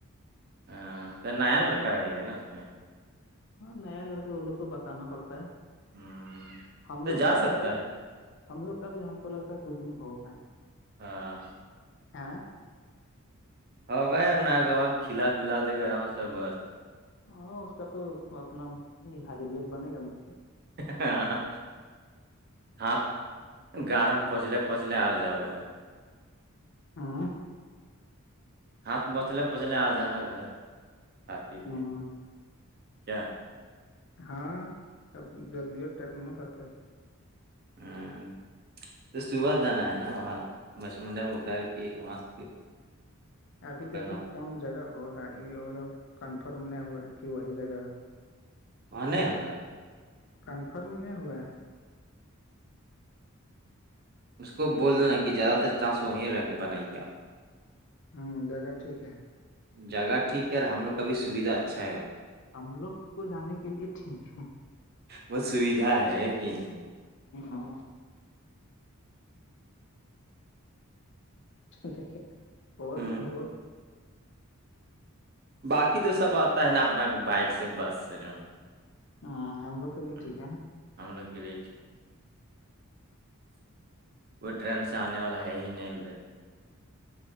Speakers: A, on the right; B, on the left.
A: ہاں تو نیا لڑکا رہے گا نا اس میں
B: ہاں نیا لڑکا وہ لوگ کو بتانا پڑتا ہے
A: ہوں
B: ہم
A: تو
B: لوگ
A: جا
B: کا بھیھی
A: سکتا ہے
B: ہم لوگ کا بھی ہم کو لگتا ہے دو دن ہوگا
A: ہاں
B: ہاں
A: ہوگا یار نہ آگر وہاں کھلا پلا دے گا آرام سے بس
B: ہاں اس کا تو اپنا ہی حاضریت بنے گا نجھ سے
A: ہاں ہاں گاڑ میں پہنچلے پونچلے آ جاؤ گھر
B: ہاں
A: ہاتھ پچلے پچلے آ جانا گھر کھ پی
B: ہ
A: کے کیا
B: ہاں اب جلدی اور ٹرن مت آتا ہے <inaudible>
A: ہوں
B: <inaudible>
A: تو صبح جانا ہے نا وہاں مسمنڈا میں اتار کے وہاں سے پھر
B: ابھی
A: پکڑنا
B: دیکو کون جگہ ہوگا یہ وہ لو کنفرم نہیں ہوا ہے کہ وہی جگہ ہےگ
A: پنے ہوگا
B: کنفرم نہیں ہوا
A: اس کو بولنا کہ زیادہ تر چانس وہیں رہ بنائی گے آپ
B: ہوں د گا ٹھیک ہے
A: جگہ ٹھیک ہے اور ہم لوگ کا بھی سویدھا اچھا ہے وہ
B: ہم لوگ کو جانے کے لیے ٹھیک ہے
A: بس سویدھا ہے کہ نہیں
B: ہ ہاں <unintelligible> دیک اور
A: ہ
B: اور
A: باقی تو سب آتا ہے نا اپنا بائک سے بس سے نا
B: ہوں ہم لوگ کے لیے
A: ہوں،
B: ٹھیک ہے نا
A: ہم لوگ رہےٹھی کوئی ٹرین سے آنے والا ہے ہی نہیں ادھر